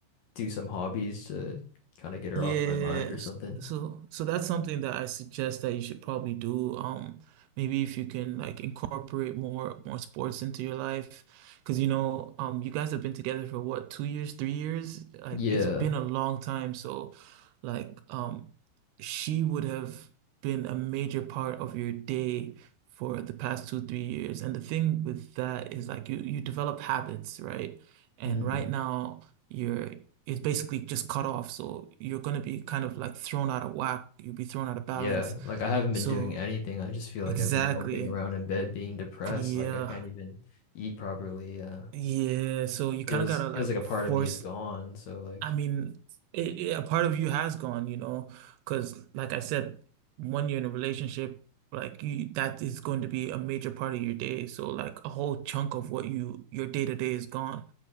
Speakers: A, on the left; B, on the right.
A: do some hobbies to kind of get her
B: Yeah,
A: off my mind or
B: s-
A: something?
B: so so that's something that I suggest that you should probably do. Um, maybe if you can like incorporate more more sports into your life, because you know, um, you guys have been together for what, two years, three years? Like
A: Yeah.
B: it's been a long time. So, like, um, she would have been a major part of your day for the past two, three years. And the thing with that is like you you develop habits, right? And
A: hmm
B: right now. You're is basically just cut off. So you're going to be kind of like thrown out of whack. You'll be thrown out of balance.
A: Yeah. Like I haven't
B: So
A: been doing anything. I just feel
B: exactly.
A: like I've been moping around in bed being depressed.
B: Yeah.
A: Like I can't even eat properly. Uh
B: Yeah. So you
A: feels
B: kind of got to like
A: feels like a part
B: force.
A: of me is gone. So like
B: I mean, it, it- a part of you has gone, you know, because like I said, when you're in a relationship, like you, that is going to be a major part of your day. So like a whole chunk of what you, your day to day is gone.